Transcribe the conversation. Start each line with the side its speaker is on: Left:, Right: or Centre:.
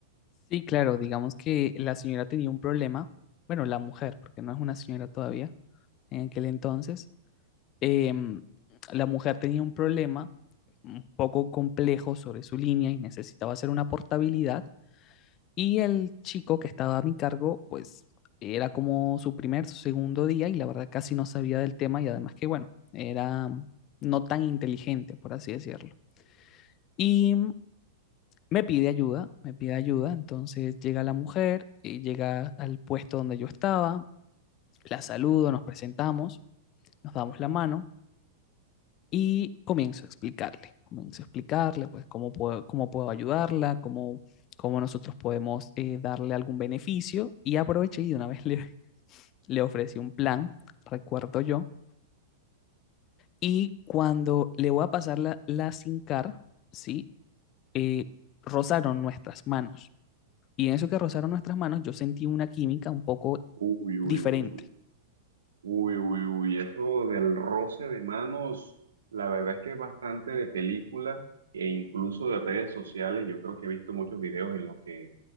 Left: Sí, claro, digamos que la señora tenía un problema, bueno, la mujer, porque no es una señora todavía en aquel entonces, em, la mujer tenía un problema un poco complejo sobre su línea y necesitaba hacer una portabilidad y el chico que estaba a mi cargo, pues era como su primer, su segundo día y la verdad casi no sabía del tema y además que, bueno, era no tan inteligente, por así decirlo. Y me pide ayuda, me pide ayuda, entonces llega la mujer y llega al puesto donde yo estaba, la saludo, nos presentamos, nos damos la mano y comienzo a explicarle, comienzo a explicarle pues cómo puedo, cómo puedo ayudarla, cómo, cómo nosotros podemos eh, darle algún beneficio y aproveché y de una vez le, <laughs> le ofrecí un plan, recuerdo yo, y cuando le voy a pasar la, la SIM card, ¿sí? Eh, rozaron nuestras manos Y en eso que rozaron nuestras manos, yo sentí una química un poco
Right: Uy, uy,
Left: diferente.
Right: uy, uy. Uy, uy, uy, eso del roce de manos, la verdad es que es bastante de película e incluso de redes sociales. Yo creo que he visto muchos videos en los que